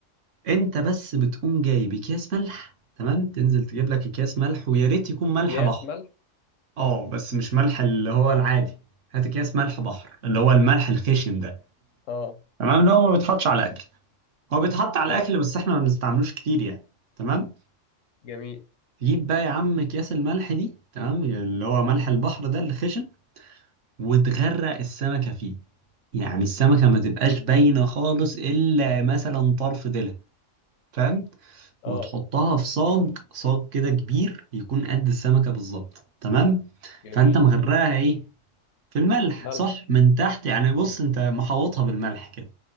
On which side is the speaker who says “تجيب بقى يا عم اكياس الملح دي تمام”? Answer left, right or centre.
Right